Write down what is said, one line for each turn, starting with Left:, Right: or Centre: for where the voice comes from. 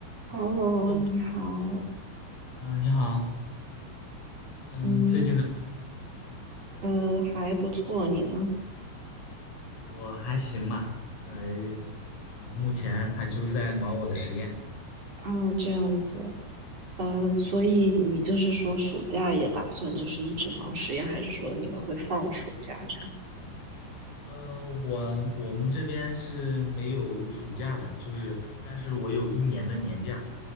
Right: Hello，
Left: Hello，
Right: 你好，
Left: 嗯、你好，嗯、
Right: 你
Left: 最近怎么？
Right: 呃还不错，你呢？
Left: 我还行吧，因为，嗯，目前还就是在忙我的实验。
Right: 啊，
Left: 嗯，
Right: 这样子，呃，所以你就是说暑假也打算就是一直忙实验，还是说你们会放暑假这样？
Left: 呃我我们这边是没有暑假的，就是，但是我有一年的年假，